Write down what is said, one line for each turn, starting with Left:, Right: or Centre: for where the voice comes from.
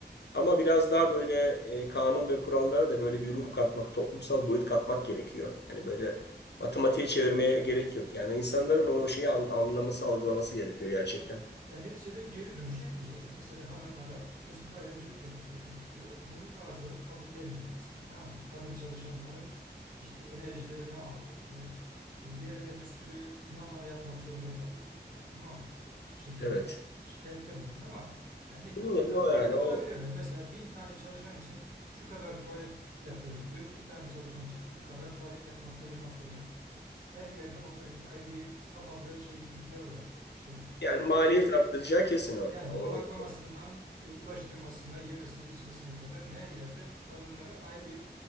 Left: Ama biraz daha böyle e, kanun ve kurallara da böyle bir ruh katmak, toplumsal boyut katmak gerekiyor. Hani böyle matematiğe çevirmeye gerek yok. Yani insanların o şeyi an- anlaması, algılaması gerekiyor gerçekten.
Right: Yani neticede geri dönüş hepimiz olacak. Mesela hanımlara pozitif ayrımcılık yapıyor, yapılıyor. Bunu bazıları kabullenmiyor mesela tamam mı? Kadın çalışanların işte enerjilerini aldığını, e, yerine bir sürü planlama yapmak zorunda kalıyoruz diyorlar tamam mı? Şirketler
Left: Evet.
Right: şikayette bulunuyor ama yani ne-
Left: Bulunur
Right: ben-
Left: ne o
Right: haklı
Left: yani o
Right: olabilirler. Mesela bin tane çalışan için şu kadar tuvalet yapıyorum diyor. İki tane çalışan için bu kadar tuvalet yapmak, ayırmak zorunda kalıyorum. Her yerde onlar için ayrı bir kafamda şey tilkiler dolaşıyor diyor işte.
Left: yani
Right: Konak
Left: maliyet arttıracağı kesin o.
Right: yani
Left: o,
Right: konaklamasından
Left: o-
Right: e, ulaştırmasına, yemesine, içmesine kadar her yerde kadınları ayrı bir